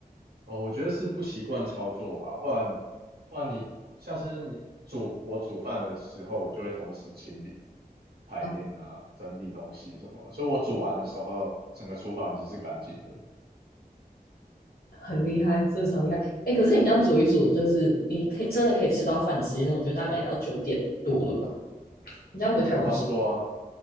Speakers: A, on the right; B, on the left.
A: 哦，我觉得是不习惯操作吧，不然不然你像是你煮我煮饭的时候，我就会同时清理台面啊，
B: 啊，
A: 整理东西什么，所以我煮完的时候，整个厨房已经是干净的，
B: 很厉害，至少厉害。哎、欸可是你这样煮一煮，就是你可以真的可以吃到饭的时间，我觉得大概也要九点多了吧？你这样不会太晚吃？
A: 差不多啊，